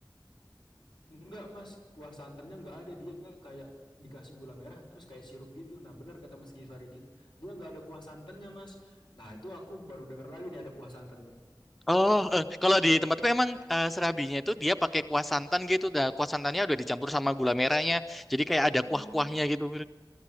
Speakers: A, on the left (about 80°); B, in the centre.
A: Enggak, Mas, kuah santannya enggak ada. Dia kayak dikasih gula merah terus kayak sirup gitu. Nah, bener kata Mas Givari gitu. Dia enggak ada kuah santannya, Mas. Nah, itu aku baru dengar lagi nih ada kuah santannya.
B: Oh, eh, kalau di tempatku emang eh, serabinya itu dia pakai kuah santan gitu. Dah, kuah santannya udah dicampur sama gula merahnya. Jadi kayak
A: Oh,
B: ada kuah-kuahnya gitu.